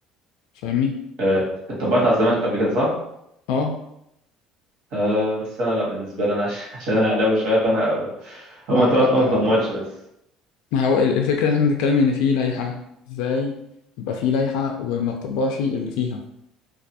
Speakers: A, on the left; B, on the right.
A: فاهمني
B: آه، اتطبقت على الزمالك قبل كده صح؟
A: اه
B: آه، بس انا لا بالنسبه لي انا عش- <laughs> عشان انا اهلاوي شويه فانا هما
A: ما
B: ثلاث
A: لا
B: نقط بتوع
A: ما,
B: ماتش بس
A: ما هو ال- الفكره ان احنا بنتكلم ان في لائحه ازاي يبقى في لائحه وما تطبقش اللي فيها